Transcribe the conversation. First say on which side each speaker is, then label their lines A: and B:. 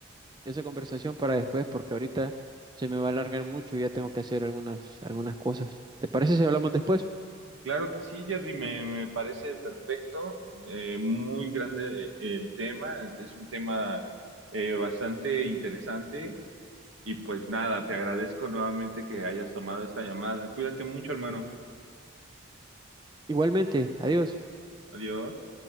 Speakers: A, on the right; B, on the right.
A: esa conversación para después, porque ahorita se me va a alargar mucho y ya tengo que hacer algunas, algunas cosas. ¿Te parece si hablamos después?
B: Claro que sí, Jerry, me, me parece perfecto, eh, muy grande el tema, es un tema eh, bastante interesante y pues nada, te agradezco nuevamente que hayas tomado esta llamada. Cuídate mucho, hermano.
A: Igualmente, adiós.
B: Adiós.